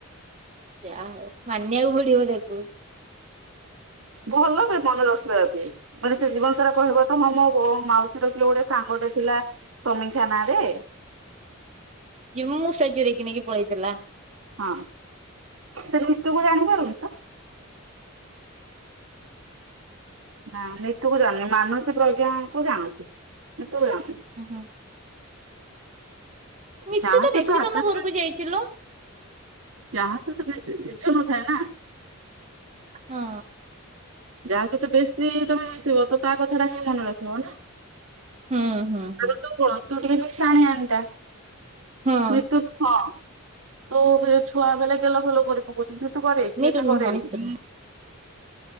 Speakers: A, on the right (about 35°); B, on the right (about 70°).
A: ଯାହଉ ମାନିବାକୁ ପଡ଼ିବ ତାକୁ।
B: ଭଲ ବୀବନ ରଖିବା ବି। ମାନେ ସେ ଜୀବନ ସାରା କହିବ ତମେ ମୋ ହୋ ମାଉସୀର କିିଏ ଗୋଟେ ସାଙ୍ଗଟେ ଥିଲା। ସମୀକ୍ଷା ନାଁରେ?
A: ଯିଏ ମୋ ମୂଷା ଚୋରେଇକି ନେଇକି ପଳେଇଥିଲା।
B: ହଁ, ସେ ନିତୁକୁ ଜାଣି ପାରୁନି ତ। ନାଁ ନିତୁକୁ ଜାଣୁନି ମାନସୀ ପ୍ରଜ୍ଞାକୁ ଜାଣୁଚି, ନିିତୁକୁ ଜା
A: ହୁଁ ହୁଁ। ନିତୁ
B: ଚା
A: ତ
B: ସହିତ
A: ବେଶୀ ତମ
B: ଆକାଶବାଣୀ।
A: ଘରକୁ ଯାଇଛି ଲୋ।
B: ଚାହା ସହିତ ବେ ଇଚ୍ଛା ନଥାଏ ନା?
A: ହଁ।
B: ଯାହା ସହିତ ବେଶୀ ତମେ ମିଶିବ ତ ତା କଥାଟା ହିଁ ମନେ ରଖିବ ନା।
A: ହୁଁ, ହୁଁ, ହୁଁ।
B: ଆଗ ତୁ କଣ ତୁ ଟିକେ ମିଶାଣିଆଣିଟା,
A: ହଁ
B: ନୀତୁ ହଁ ତୁ ବି ଛୁଆ ବେଳେ ଗେଲ ଫେଲ କରି ପକଉଥୁଲୁ। ନୀତୁ କରେ କିଏତ
A: ନିତୁ ନୁହଁ
B: କରେନି?
A: ନିତୁ ନୁହଁ।